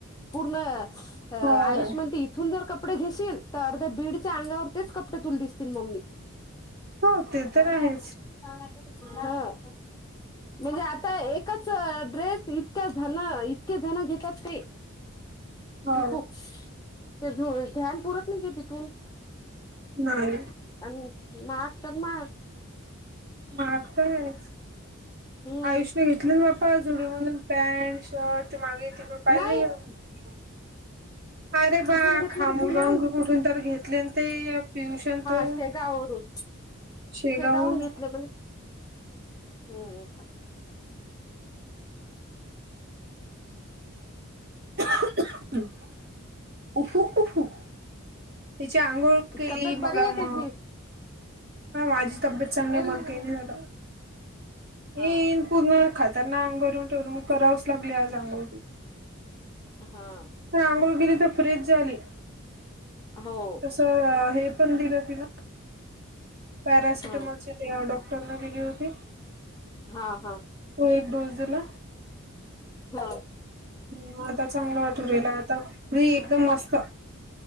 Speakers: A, on the left; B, on the right.
A: पूर्ण आयुष्यमान
B: हो.
A: ते सुंदर कपडे घेशील तर अर्ध्या बीडच्या अंगावरतीच कपडे तुला दिसतील मम्मी
B: हो ते तर
A: ांग
B: आहेच
A: म्हणजे आता एकच ड्रेस इतक्या धण इतके जण घेतात ते
B: हो
A: की खूप ते ध्यान पुरत नाही ग तिथून
B: नाही
A: अन् महागतरमहाग
B: महागत आहेच
A: हम्म
B: आयुष्यने घेतली बा पहा झुडीयो मधून पॅन्ट शर्ट त मागे तिकड पाहिलं
A: नाही
B: नाहीे का तुम्ही. अरे बा
A: कुठून घेतलं
B: खामुन
A: ते पुण्याहून
B: बनवून कुठून तर घेतलेन ते. पियुष अन
A: हा
B: तो
A: शेगाववरून
B: शेगावहून
A: शेगावून घेतलं मले हम्म हम्म.
B: <unintelligible> तिची आंघोळ केली
A: तब्येत
B: मग
A: बरी आहे
B: म
A: त्याची
B: हा माझी तब्येत चांगली मग केली दादा.
A: हा
B: ईन पूर्ण खाताना आंग भरून ठेवल म करावंच लागली आज आंगोळ.
A: हा.
B: पण आांघोळ केली तर फ्रेंश झाली
A: हो
B: तसं हे पण दिल तिला. पॅरासिटमॉलची
A: हा
B: ते अ डॉक्टरने दिली होती.
A: हा हा
B: तो एक डोस दिला.
A: हा.
B: हम्म आता चांगलं वाटु राहील आता फ्री एकदम मस्त.